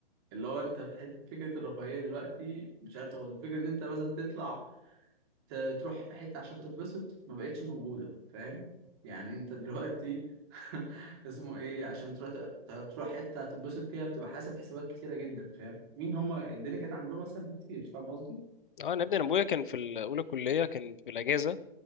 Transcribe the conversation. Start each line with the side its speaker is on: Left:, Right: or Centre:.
Right: اللي هو انت في حته فكره الرفاهيه دلوقتي مش عارف تاخدها فكره ان انت مثلا تطلع ت- تروح في حته عشان تتبسط ما بقتش موجوده فاهم يعني انت دلوقتي <laughs> اسمه ايه عشان تروح ت- تروح حته تتبسط فيها بتبقى حاسب حسابات كتيره جدا فاهم مين هما الدنيا كانت عندهم اسهل بكتير فاهم قصدي
Left: أه أنا ابني أنا أبويا كان في ال- أولى كلية كان في الأجازة